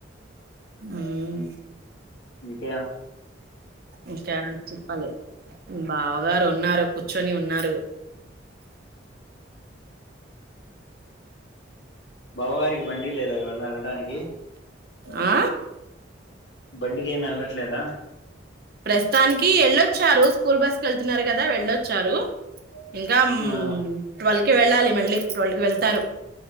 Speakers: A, on the right; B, on the left.
A: ఉమ్
B: ఇంక
A: ఇంకా చెప్పాలి బావ వారు ఉన్నారు కూర్చొని ఉన్నారు
B: బావగారికి బండి లేదా వెళ్ళటానికి
A: ఆ
B: బండికి ఏమి వెళ్ళట్లేదా
A: ప్రస్తుతానికి ఎళ్ళొచ్చారు స్కూల్ బస్ కు వెళ్తున్నారు కదా వెళ్ళొచ్చారు ఇంకా మ్
B: ఆ
A: ట్వల్ కి వెళ్ళాలి మళ్ళీ రెండుకి వెళ్తారు